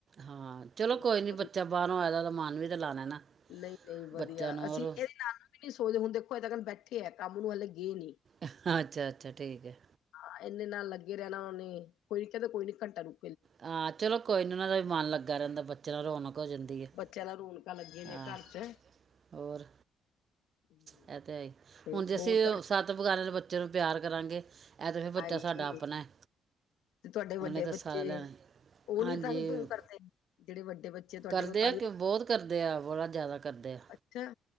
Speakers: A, on the right (about 50°); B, on the left (about 90°).
A: ਹਾਂ ਚਲੋ
B: ਵਧੀਆ,
A: ਕੋਈ ਨੀ ਬੱਚਾ ਬਾਹਰੋਂ ਆਇ ਉਹਦਾ ਮਨ ਵੀ ਤੇ ਲਾਉਣਾ ਨਾ
B: ਨਹੀਂ -ਨਹੀਂ ਵਧੀਆ
A: ਬੱਚਿਆਂ ਨੂੰ
B: ਅਸੀਂ
A: ਔਰ
B: ਇਹਦੇ ਨਾਲ ਨੂੰ ਵੀ ਨਹੀਂ ਸੋਚਦੇ ਹੁਣ ਦੇਖੋ ਇਹਦ ਕਨ ਬੈਠੇ ਆ ਕੰਮ ਨੂੰ ਹਲੇ ਗਏ ਨੀ
A: ਅੱਛਾ, ਅੱਛਾ ਠੀਕ ਹੈ
B: ਆਾਂ ਇੰਨੇ ਨਾਲ ਲੱਗੇ ਰਹਿਣਾ ਉਹਨੇ ਕੋਈ ਨੀ ਕਹਿੰਦਾ ਕੋਈ ਨੀ ਘੰਟਾ ਨੂੰ
A: ਹਾਂ ਚਲੋ ਕੋਈ ਨੀ ਉਹਨਾਂ ਦਾ ਵੀ ਮਨ ਲੱਗਾ ਰਹਿੰਦਾ ਬੱਚਿਆਂ ਨਾਲ ਰੌਣਕ ਹੋ ਜਾਂਦੀ ਹੈ
B: ਚਲੋ ਰੌਣਕਾਂ ਲੱਗੀ
A: ਹਾਂ
B: ਨੇ ਘਰ ਚ
A: ਹੋਰ
B: ਹੂੰ,
A: ਇਹ ਤੇ ਹੀ
B: ਤੇ
A: ਹੁਣ ਜੈਸੀੇ
B: ਹੋਰ ਤੁਹਾਡੇ
A: ਸੱਤ ਵਗਾਰਿਆਂ ਦੇ ਬੱਚੇ ਨੂੰ ਪਿਆਰ ਕਰਾਂਗੇ ਇਹ ਤਾਂ ਫਿਰ ਬੱਚਾ
B: ਹਾਂਜੀ
A: ਸਾਡਾ ਆਪਣਾ ਹੈ
B: ਤੇ ਤੁਹਾਡੇ
A: ਉਹਨੇ
B: ਵੱਡੇ
A: ਤਾਂ ਸਾਰਾ
B: ਬੱਚੇ
A: ਲੈਣੇ
B: ਉਹ
A: ਹਾਂਜੀ,
B: ਨੀ ਤੰਗ ਤੁੰਗ ਕਰਦੇ ਜਿਹੜੇ ਵੱਡੇ ਬੱਚੇ ਤੁਹਾਡੇ
A: ਕਰਦੇ
B: ਉਹ ਤੰਗ
A: ਆ ਕਿ ਬਹੁਤ ਕਰਦੇ ਆ ਬੜਾ ਜ਼ਿਆਦਾ ਕਰਦੇ ਆ
B: ਅੱਛਾ